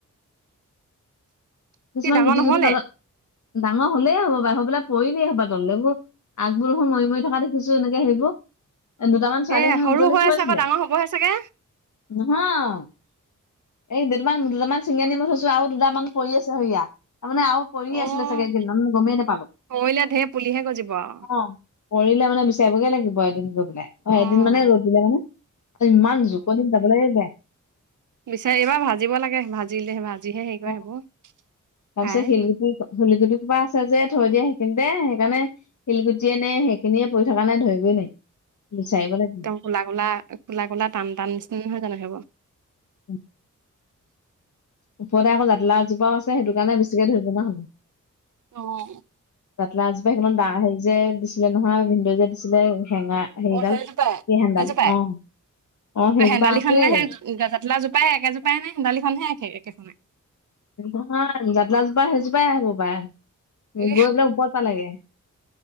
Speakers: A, on the right; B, on the left.
A: <inaudible>
B: কিছুমান
A: ডাঙৰ
B: গুটি
A: নহ'লে?
B: গুটি তলত ডাঙৰ হলেই হ'ব পায় হয় পেলাই পৰিলেই হ'ব তললেবোৰ। আগবোৰ দেখোন মৰি মৰি থকা দেখিছো এনেকে সেইবোৰ। দুটামান ছোৱালীয়ে
A: এ
B: সেইদিনাখন
A: সৰু
B: বুটলি
A: হৈ
B: থৈইছিলে
A: আছে আকৌ ডাঙৰ হ'বহে চাগে?
B: নহয়। এই দুটামান দুটামান ছিঙি আনি মই থৈছো, আৰু দুটামান পৰি আছে সেয়া তাৰমানে আৰু পৰি
A: অ',
B: আছিলে চাগে, কেইডালমান মই গমেই নোপালো।
A: সৰিলে ধেৰ পুলিহে গজিব আৰু।
B: অঁ হৰিলে মানে বিচাৰিবগে লাগিব এদিন গৈ। লে,
A: অ',
B: এদিন মানে ৰ'দ দিলে মানে ইমান জুকণিনত যাবলেকে বেয়া।
A: বিচাৰিবা ভাজিব লাগে, ভাজিলে ভাজিহে হেৰি কৰে
B: অ
A: সেইবোৰ।
B: তাৰপিছত
A: খাই।
B: শিলগুটি শিলগুটি সোপা আছে যে থৈ দিয়ে সেইখিনতে সেইকাৰণে শিলগুটিয়ে নে সেইখিনিয়ে পৰি থকা নে ধৰিবই নোৱাৰি বিচাৰিব লাগিব।
A: কোলা কোলা কোলা কোলা টান টান নিচিনা নহয় জানো সেইবোৰ।
B: <inaudible> ওপৰতে আকৌ জাতি লাও এজোপাও আছে, সেইটো কাৰণে বেছিকে ধৰিব নোৱৰা হলো মই।
A: অঁ
B: জাতিলাও এজোপা ইখনত দা হেৰি যে দিছিলে নহয় ভিনদেউ যে দিছিলে, হেঙা সেইডাল
A: অ', সেইজোপাই,
B: কি হেনদালি
A: সেইজোপাই?
B: অঁ, অঁ সেইজোপা
A: হেন্দালিখননে
B: আছেই।
A: সেই জাতিলাও জোপা একেজোপাই নে হেন্দালিনহে একে একেখনেই।
B: নহয় জাতিলাওজোপা সেইজোপাই আগৰ পৰাই
A: এ
B: গৈ পেলাই ওপৰত পালাগে।